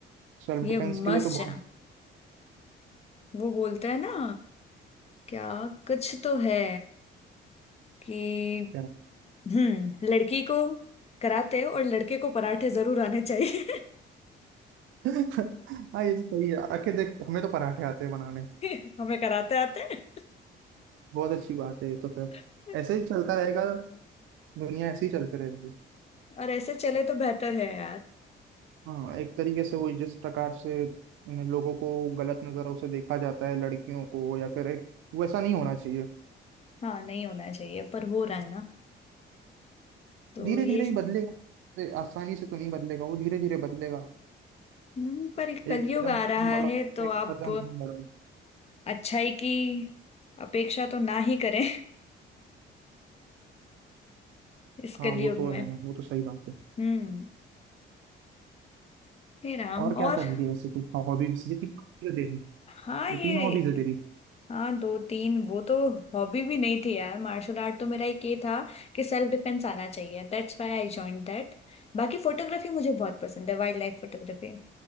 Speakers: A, on the right; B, on the left.
A: सेल्फ
B: ये
A: डिफेंस के
B: मस्ट
A: लिए तो
B: है
A: बहुत
B: वो बोलता है ना क्या कुछ तो है कि
A: क्या
B: हम्म लड़की को कराते और लड़के को पराठे जरूर आने चाहिए
A: <laughs> हाँ ये तो सही है आके देख हमें तो पराठे आते हैं बनाने
B: <laughs> हमें कराते आते हैं
A: बहुत अच्छी बात है ये तो फिर
B: <laughs>
A: ऐसे ही चलता रहेगा दुनिया ऐसे ही चलती रहेगी
B: और ऐसे चले तो बेहतर है यार
A: हाँ एक तरीके से वही जिस प्रकार से उन्हें लोगों को गलत नजरों से देखा जाता है लड़कियों को या फिर एक वैसा नहीं होना चाहिए
B: हाँ नहीं होना चाहिए पर हो रहा है ना तो
A: धीरे
B: ये
A: धीरे ही बदलेगा ए, आसानी से तो नहीं बदलेगा वो धीरे धीरे बदलेगा
B: हम्म, पर कलयुग
A: एक कदम
B: आ रहा
A: तुम बढ़ो
B: है तो
A: एक
B: आप
A: कदम हम बढ़ो
B: अच्छाई की अपेक्षा तो ना ही करें <laughs> इस
A: हाँ
B: कलयुग
A: वो तो
B: में
A: है ना वो तो सही बात है
B: हम्म हे राम
A: और क्या
B: और
A: कर रही है वैसे तू हॉबीज ये तीन हॉबीज है तेरी
B: हाँ
A: ये
B: ये
A: तीन हॉबीज है तेरी
B: हाँ दो तीन वो तो हॉबी भी नहीं थी यार मार्शल आर्ट तो मेरा एक ये था कि सेल्फ डिफेंस आना चाहिए That's why I join that बाकी फोटोग्राफी मुझे बहुत पसंद है wild life photography